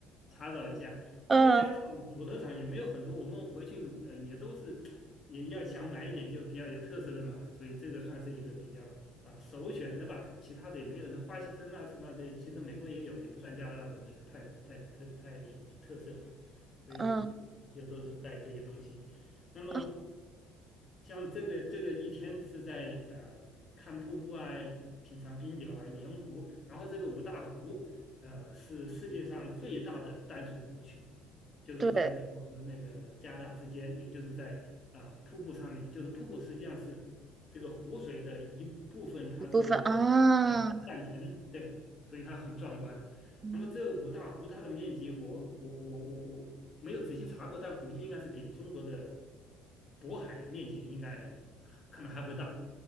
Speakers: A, on the left; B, on the right.
A: 查找一下，
B: 嗯
A: 因为加拿大的土特产也没有很多，我们回去呃也都是也要想买一点就比较有特色的嘛，所以这个算是一个比较啊、首选的吧，其他的也没有，像花旗参啊什么的，其实美国也有，也不算加拿大的这个太太太太有的特色吧，所以一些都是带这些东西。
B: 嗯
A: 那么
B: 啊，
A: 像这个这个一天是在呃看瀑布啊，品尝冰酒啊，盐湖，然后这个五大湖呃是世界上最大的淡水湖群，就是在美国和那个加拿大之间，
B: 对，
A: 也就是在啊、呃瀑布上面，就是瀑布实际上是这个湖水的一部分，它是呃断层，
B: 一部分啊，
A: 对，所以它很壮观。
B: 嗯
A: 那么这个五大湖它的面积我，我我我我没有仔细查过，但估计应该是比中国的渤海面积应该可能还会大